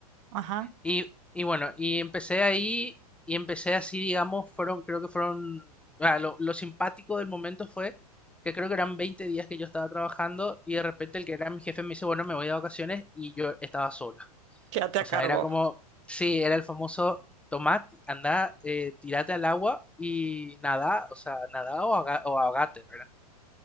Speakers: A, on the right (about 50°); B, in the centre.
A: ajá,
B: Y, y bueno, y empecé ahí y empecé así, digamos, fueron, creo que fueron, ah, lo, lo simpático del momento fue que creo que eran 20 días que yo estaba trabajando y de repente el que era mi jefe me dice, bueno, me voy de vacaciones y yo estaba solo.
A: quédate
B: O
A: a cargo.
B: sea, era como, sí, era el famoso, tomá, ti- andá, eh, tirate al agua y nada, o sea, nada o, aga- o ahogate, ¿verdad?